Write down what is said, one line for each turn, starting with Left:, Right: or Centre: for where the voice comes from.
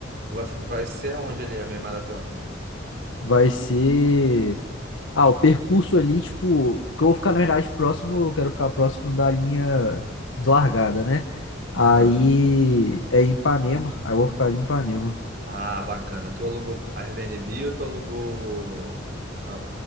Right: Tu vai, fi- vai ser aonde ali a meia maratona?
Left: Vai ser. Ah, o percurso ali, tipo, que eu vou ficar, na verdade, próximo, eu quero ficar próximo da linha de largada, né? Aí
Right: Aham.
Left: é em Ipanema, aí eu vou ficar ali em Ipanema.
Right: Ah, bacana. Tu alugou Airbnb ou tu alugou ah,